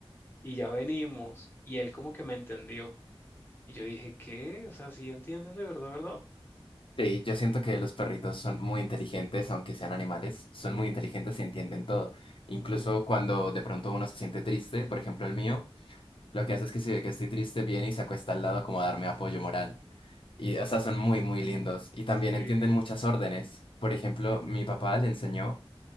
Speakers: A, on the left; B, on the left.
A: Y ya venimos. Y él como que me entendió. Y yo dije, ¿qué? O sea, sí entienden de verdad, ¿verdad?
B: Sí, yo siento que los perritos son muy inteligentes, aunque sean animales, son muy inteligentes y entienden todo. Incluso cuando de pronto uno se siente triste, por ejemplo el mío, lo que hace es que si ve que estoy triste, viene y se acuesta al lado como a darme apoyo moral. Y, o sea, son muy, muy lindos. Y también
A: Eh,
B: entienden muchas órdenes. Por ejemplo, mi papá le enseñó,